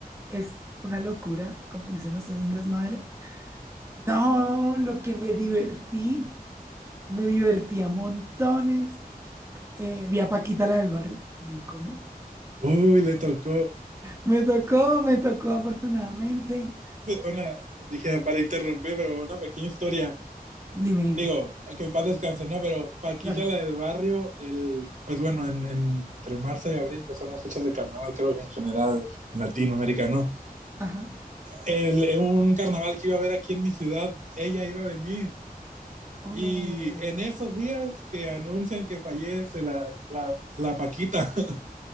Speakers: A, on the right; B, on the right.
A: es una locura, como dicen ustedes, un desmadre. No, lo que me divertí. Me divertía montones. Eh, vi a Paquita la del barrio, un ícono.
B: Uy, le tocó.
A: Me tocó, me tocó afortunadamente.
B: Una, dije para interrumpir, pero una pequeña historia.
A: Dime, dime.
B: Digo, que en paz descanse, ¿no? Pero Paquita,
A: Claro.
B: la del barrio, el, pues bueno, en, en- entre marzo y abril, pues son las fechas de carnaval, creo que en general latinoamericano.
A: Ajá.
B: El, en un carnaval que iba a haber aquí en mi ciudad, ella iba a venir.
A: Oh,
B: Y en esos días que anuncian que fallece la, la, la Paquita, <laughs>